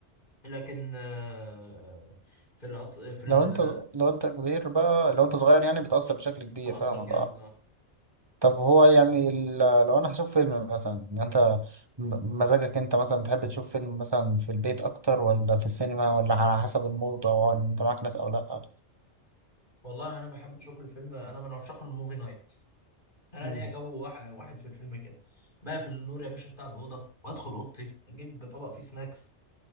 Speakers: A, on the left (about 45°); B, on the right (about 25°).
A: لكن آه، في الأط... في ال...
B: لو أنت لو أنت كبير بقى لو أنت صغير يعني بتأثر بشكل كبير
A: تأثر
B: فاهم
A: جامد اه
B: طب هو يعني ال- لو انا هشوف فيلم مثلا يعني انت م- مزاجك انت مثلا تحب تشوف فيلم مثلا في البيت اكتر ولا في السينما ولا على حسب المود او ان انت معاك ناس او لا
A: والله انا بحب اشوف الفيلم انا من عشاق الموفي نايت انا
B: مم.
A: ليا جو واحد, واحد في الفيلم كده بقفل النور يا باشا بتاع الاوضه وادخل اوضتي اجيب طبق فيه سناكس